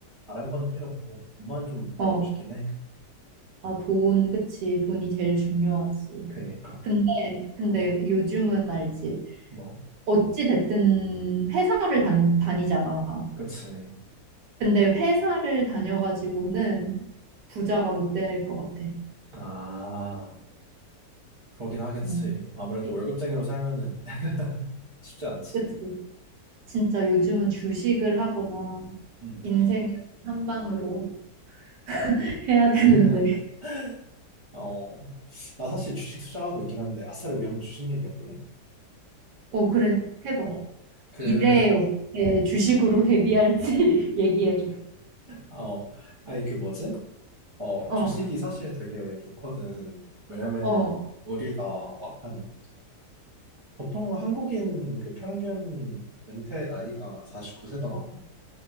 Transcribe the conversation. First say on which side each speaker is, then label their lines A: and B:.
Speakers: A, on the right (about 55°); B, on the right (about 80°).
A: 다른 거는 필요 없고, 돈만 좀 벌고
B: 어.
A: 싶긴 해.
B: 아, 돈, 그치. 돈이 제일 중요하지.
A: 그니까.
B: 근데, 근데 요즘은 알지.
A: 뭐
B: 어찌 됐든 회사를 다니, 다니잖아.
A: 그치.
B: 근데 회사를 다녀가지고는 부자가 못 될 것 같아.
A: 아, 그러긴 하겠지.
B: 음.
A: 아무래도 월급쟁이로 살면은 <laughs> 쉽지 않지.
B: 그치? 진짜 요즘은 주식을 하거나
A: 음.
B: 인생은 한 방으로 <laughs> 해야 되는데.
A: <laughs> 어, 나 사실 주식 투자하고 있긴 한데, 아싸리 우리 한번 주식 얘기해 볼래?
B: 어, 그래. 해봐.
A: 어, 그,
B: 미래에 어떻게 주식으로 대비할지 <laughs> 얘기해줘.
A: 어, 아니, 그 뭐지? 어,
B: 어,
A: 주식이 사실 되게 좋거든. 왜냐면은,
B: 어.
A: 우리가 막 한, 보통 한국인 그 평균 그 은퇴 나이가 49세더라고.